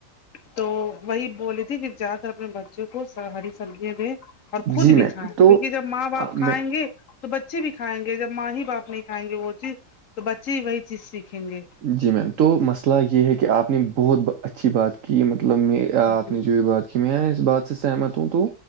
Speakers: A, on the left; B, on the right.
A: تو وہی بولی تھی کہ جہدہ تر اپنے بچ ہری سبزیاں دیں اور خود
B: جی میم
A: بھی کھائیں
B: تو
A: کیونکہ جب ماں باپ
B: میں
A: کھائیں گے تو بچے بھی کھائیں گے جب ماں ہی باپ نہیں کھائیں گے وہ چیز تو بچے ہی وہی چیز سیکھیں گے
B: جی میم تو مسئلہ یہ ہے کہ آپ نے بہت اچھی بات کی مطلب میں آپ
A: جی
B: نے جو بھی بات کی میں اس بات سے سہمت ہوں تو